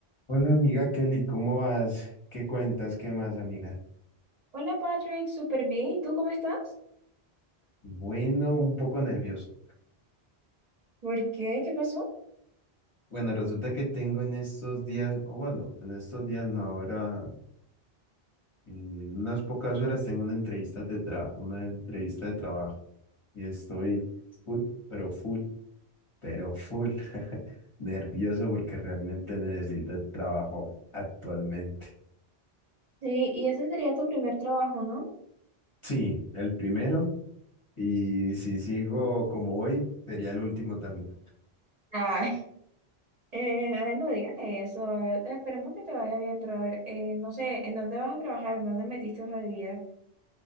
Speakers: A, on the left; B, on the right.
A: Hola amiga Kelly, ¿cómo vas? ¿Qué cuentas? ¿Qué más, amiga?
B: Hola Patrick, súper bien. ¿Y tú cómo estás?
A: Bueno, un poco nervioso.
B: ¿Por qué? ¿Qué pasó?
A: Bueno, resulta que tengo en estos días, o bueno, en estos días no, ahora en unas pocas horas tengo una entrevista de tra- una entrevista de trabajo y estoy full, pero full, pero full <laughs> nervioso porque realmente necesito el trabajo actualmente.
B: Sí, y ese sería tu primer trabajo, ¿no?
A: Sí, el primero y si sigo como hoy, sería el último también.
B: Ay, <laughs> Eh, ay, no digas eso. A ver, esperemos que te vaya bien, pero a ver, eh, no sé, ¿en dónde vas a trabajar? ¿En dónde metiste hoja de vida?